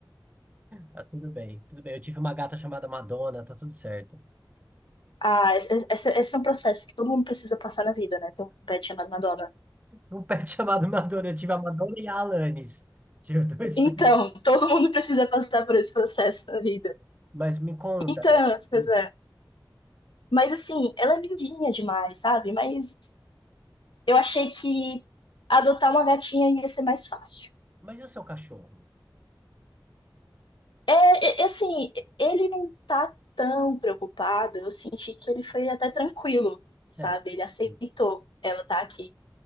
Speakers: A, on the right (about 20°); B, on the left (about 80°).
A: Tá tudo bem, tudo bem. Eu tive uma gata chamada Madonna, tá tudo certo.
B: Ah, esse, esse- esse é um processo que todo mundo precisa passar na vida, né? Tem um pet chamado Madonna.
A: um pet <laughs> chamado Madonna. Eu tive a Madonna e a Alanis. Tive dois
B: Então,
A: pets.
B: todo mundo precisa passar por esse processo na vida.
A: Mas me conta,
B: Então,
A: né?
B: pois
A: Hum.
B: é. Mas assim, ela é lindinha demais, sabe? Mas Eu achei que adotar uma gatinha ia ser mais fácil.
A: Mas e o seu cachorro?
B: É, é, é assim, ele não tá tão preocupado, eu senti que ele foi até tranquilo,
A: Sério.
B: sabe? Ele aceitou
A: Hum.
B: ela tá aqui.